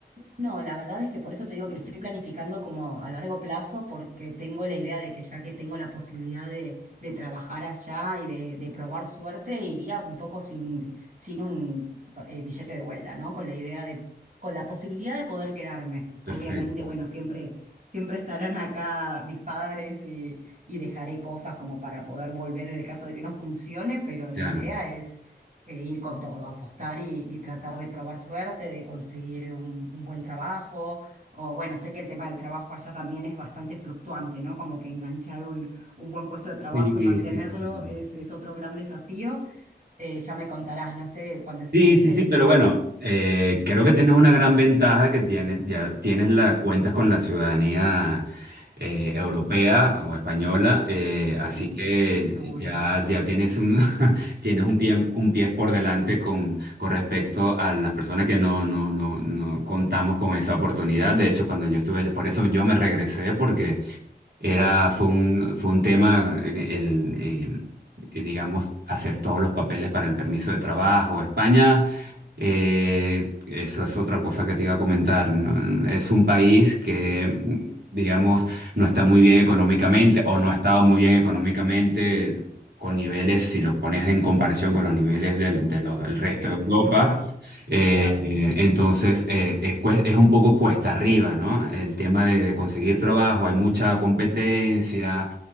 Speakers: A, on the right; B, on the right.
A: No, la verdad es que por eso te digo que lo estoy planificando como a largo plazo, porque tengo la idea de que ya que tengo la posibilidad de, de trabajar allá y de, de probar suerte, iría un poco sin, sin un eh, billete de vuelta, ¿no? Con la idea de, con la posibilidad de poder quedarme. Obviamente,
B: Perfecto,
A: bueno, siempre, siempre estarán acá mis padres y, y dejaré cosas como para poder volver en el caso de que no funcione, pero la
B: ya
A: idea
B: no.
A: eh, ir con todo, apostar y, y tratar de probar suerte, de conseguir un, un buen trabajo. O bueno, sé que el tema del trabajo allá también es bastante fluctuante, ¿no? Como que enganchar un, un buen puesto de trabajo
B: Sí, sí,
A: y mantenerlo
B: sí, sí. sí.
A: es, es otro gran desafío. Eh, ya me contarás, no sé, cuando estuviste,
B: Sí, sí, sí,
A: si,
B: pero bueno, eh, creo que tienes una gran ventaja que tienes, ya tienes la, cuentas con la ciudadanía eh, europea o española, eh, así
A: sí,
B: que
A: eso seguro,
B: ya, ya tienes un, <laughs> tienes un pie, un pie por delante con, con respecto a las personas que no, no, no, no contamos con esa oportunidad. De hecho, cuando yo estuve, por eso yo me regresé, porque era, fue un, fue un tema, eh, el, eh, digamos, hacer todos los papeles para el permiso de trabajo. España, eh, eso es otra cosa que te iba a comentar, ¿no? Es un país que, digamos, no está muy bien económicamente o no ha estado muy bien económicamente con niveles, si lo pones en comparación con los niveles del, de los- del resto
A: de
B: de
A: otros
B: Europa.
A: de Europa,
B: eh,
A: claro.
B: eh, entonces, eh, es, cues- es un poco cuesta arriba, ¿no? El tema de, de conseguir trabajo, hay mucha competencia,